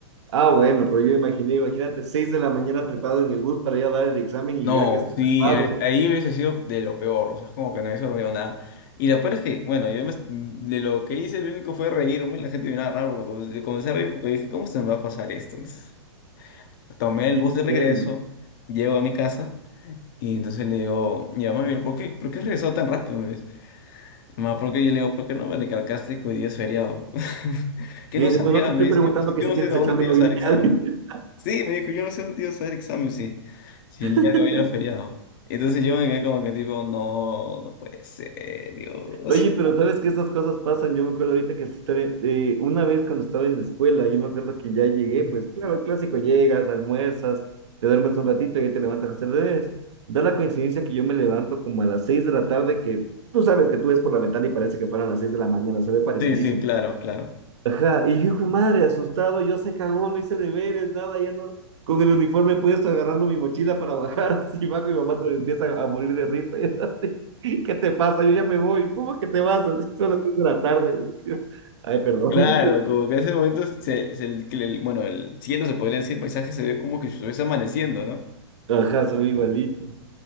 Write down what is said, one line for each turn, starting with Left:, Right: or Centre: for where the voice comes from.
Right: Ah, bueno, pero yo imaginé, imagínate, seis de la mañana trepado en el bus para ir a dar el examen y
Left: No,
Right: llegar a que esté cerrado.
Left: sí, eh, ahí hubiese sido de lo peor, o sea, es como que no hubiese olvidado nada. Y lo peor es que, bueno, yo me- de lo que hice, lo único fue reírme, la gente me miraba raro, porque comencé comencé a reír porque dije, ¿cómo se me va a pasar esto? Entonces, tomé el
Right: Y,
Left: bus de regreso,
Right: güey,
Left: llego a mi casa, y entonces le digo, mi mamá me dijo, ¿por qué? ¿Por qué has regresado tan rápido? Me dice, mamá, ¿por qué? Yo le digo, ¿por qué no me recalcaste que hoy día es feriado? <laughs> ¿Qué
Right: Me
Left: no
Right: dice,
Left: sabía?
Right: pero no te estoy
Left: Me dice,
Right: preguntando
Left: "Pues,
Right: que
Left: yo
Right: si
Left: no
Right: tienes
Left: sé a dónde
Right: examen
Left: te ibas
Right: hoy
Left: a
Right: día.
Left: dar examen. Sí, me dijo, yo no sé dónde te ibas a dar examen si, si
Right: <laughs>
Left: el día de hoy era feriado. Entonces yo me quedé como que tipo, no, no puede ser, Dios.
Right: Oye, pero sabes que estas cosas pasan. Yo me acuerdo ahorita que esa historia, eh, una vez cuando estaba en la escuela, yo me acuerdo que ya llegué,
Left: <laughs>
Right: pues claro, el clásico, llegas, almuerzas, te duermes un ratito y ya te levantas a hacer deberes. Da la coincidencia que yo me levanto como a las seis de la tarde, que tú sabes que tú ves por la ventana y parece que fueran las seis de la mañana, se ve parecidísimo.
Left: Sí, sí, claro, claro.
Right: Ajá, y yo, hijo de madre, asustado, yo se cagó, no hice deberes, nada, ya no, con el uniforme puesto agarrando mi mochila para <laughs> bajar, así bajo, y mi mamá se me empieza a morir de risa, y yo así, ¿qué te pasa? Yo ya me voy, ¿cómo que te vas? Así son las seis de la tarde, Yo, ay, perdón,
Left: Claro, como que en ese momento, se, se- el, el- bueno, el cielo se podría decir, el paisaje se ve como que si estuviese amaneciendo, ¿no?
Right: ajá, soy igualito,